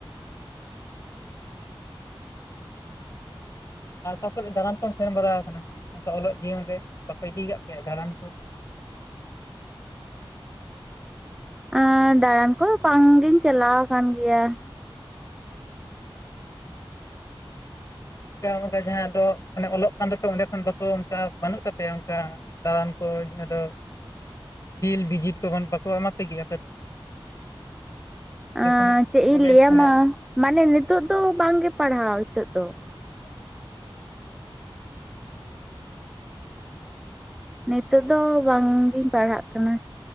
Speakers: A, on the left; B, in the centre.
A: ᱟᱨ ᱚᱠᱟ ᱠᱚᱨᱮ ᱫᱟᱬᱟᱱ ᱠᱚᱢ ᱥᱮᱱ ᱵᱟᱲᱟ ᱟᱠᱟᱱᱟ? ᱚᱱᱠᱟ ᱚᱞᱚᱜ ᱡᱤᱭᱚᱱ ᱨᱮ ᱵᱟᱠᱚ ᱤᱫᱤᱭ ᱠᱟᱜ ᱯᱮᱭᱟ ᱫᱟᱬᱟᱱ ᱠᱚ?
B: ᱟᱸ ᱫᱟᱬᱟᱱ ᱠᱚ ᱵᱟᱝᱜᱤᱧ ᱪᱟᱞᱟᱣ ᱟᱠᱟᱱ ᱜᱮᱭᱟ᱾
A: ᱱᱮ ᱚᱱᱠᱟ ᱡᱟᱦᱟᱸ ᱫᱚ ᱚᱱᱮ ᱚᱞᱚᱜ ᱠᱟᱱ ᱫᱚᱯᱮ ᱚᱸᱰᱮ ᱠᱷᱚᱱ ᱵᱟᱠᱚ ᱚᱱᱠᱟ ᱵᱟᱱᱩᱜ ᱛᱟᱯᱮᱭᱟ ᱚᱱᱠᱟ ᱫᱟᱬᱟᱱ ᱠᱚ ᱡᱟᱦᱟᱸ ᱫᱚ ᱯᱷᱤᱞᱰ ᱵᱷᱤᱡᱤᱴ ᱠᱚ ᱵᱟᱱ ᱵᱟᱠᱚ ᱮᱢᱟ ᱯᱮᱜᱮᱭᱟ ᱟᱯᱮ ᱫᱚ? ᱡᱚᱠᱷᱚᱱᱟᱜ
B: ᱟᱸ ᱪᱮᱜ
A: ᱠᱚᱞᱮᱡᱽ
B: ᱤᱧ ᱞᱟᱹᱭ
A: ᱠᱷᱚᱱᱟᱜ
B: ᱟᱢᱟ ᱢᱟᱱᱮ ᱱᱤᱛᱚᱜ ᱫᱚ ᱵᱟᱝᱜᱮ ᱯᱟᱲᱦᱟᱣ ᱦᱤᱛᱚᱜ ᱫᱚ᱾
A: <inaudible>
B: ᱱᱤᱛᱚᱜ ᱫᱚ ᱵᱟᱝ ᱜᱤᱧ ᱯᱟᱲᱦᱟᱜ ᱠᱟᱱᱟ᱾